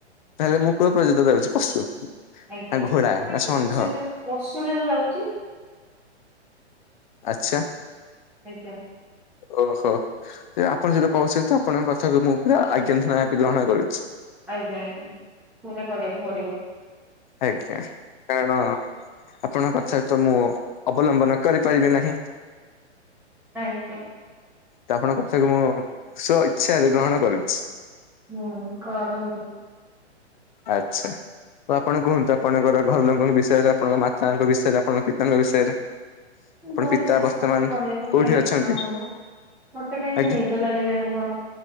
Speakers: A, on the left; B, in the centre.
A: ତାହେଲେ ମୁଁ କୋଉ ପ୍ରଜାତିରେ ଯାଉଛି- ପଶୁ ନା
B: ଆଜ୍ଞା
A: ଘୋଡ଼ା
B: ସେ
A: ନା ଷଣ୍ଢ
B: ସେଇଟା ପଶୁରେ ବା ଯାଉଛି।
A: ଆଛା।
B: ଆଜ୍ଞା
A: ଓହୋ ଯେ ଆପଣ ଯଦି କହୁଛନ୍ତି ଆପଣଙ୍କ କଥାକୁ ମୁଁ ପୁରା ଆଜ୍ଞାଧୂନା ଗ୍ରହଣ କରୁଛି।
B: ଆଜ୍ଞା ଆଜ୍ଞା ସେଟା କରିବାକୁ ପଡିବ।
A: ଆଜ୍ଞା କାରଣ ଆପଣଙ୍କ କଥା ତ ମୁଁ ଅବଲମ୍ବନ କରିପାରିବି ନାହିଁ।
B: ଆଜ୍ଞା।
A: ତ ଆପଣଙ୍କ କଥାକୁ ମୁଁ ସ୍ଵ ଇଚ୍ଛାରେ ଗ୍ରହଣ କରୁଛି।
B: ହୁଁ କରନ୍ତୁ।
A: ଆଛା ଆ ଆପଣ କୁହନ୍ତୁ ଆପଣଙ୍କର ଘର ଲୋକଙ୍କ ବିଷୟରେ, ଆପଣଙ୍କ ମାତାଙ୍କ ବିଷୟରେ, ଆପଣଙ୍କ ପିତାଙ୍କ ବିଷୟରେ? ଆପଣ
B: ମୋର
A: ପିତା
B: ସେସବୁ
A: ବର୍ତ୍ତମାନ
B: କହିବାକୁ
A: କୋଉଠି
B: କାଇଁ ଇଚ୍ଛା
A: ଅଛନ୍ତି?
B: ହଉନି। ମତେ କାଇହିଁ
A: ଆଜ୍ଞା
B: ନିଦ ଲାଗିଲାଣି କଣ